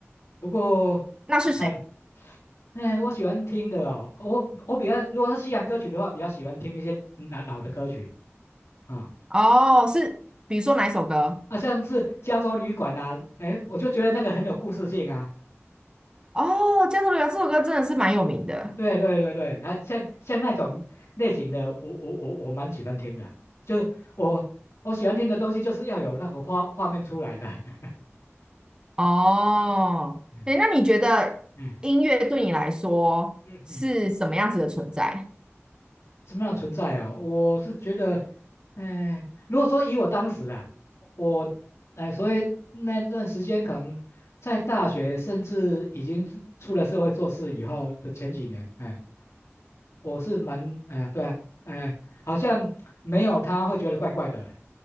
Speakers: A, on the left (about 70°); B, on the right (about 20°).
A: 不过
B: 那是谁？
A: 看了，哎，我喜欢听的哦，我我比较如果是西洋歌曲的话，比较喜欢听一些嗯老老的歌曲啊，
B: 哦，是比如说哪一首歌？
A: 啊，像是加州旅馆啊，哎，我就觉得那个很有故事性啊。
B: 哦，《加州流浪》这首歌真的是蛮有名的。
A: 对对对对，啊，像像那种类型的，我我我我蛮喜欢听的，就是我我喜欢听的东西，就是要有那个画画面出来的。<laughs>
B: 哦，
A: 嗯
B: 诶，那你觉得音乐对你来说是什么样子的存在？
A: 嗯嗯嗯，什么样的存在啊？我是觉得，哎，如果说以我当时啊，我，哎、所以那段时间可能在大学，甚至已经出出了社会做事以后的前几年，哎、我是蛮，哎呀，对啊，哎、好像没有他会觉得怪怪的、哎。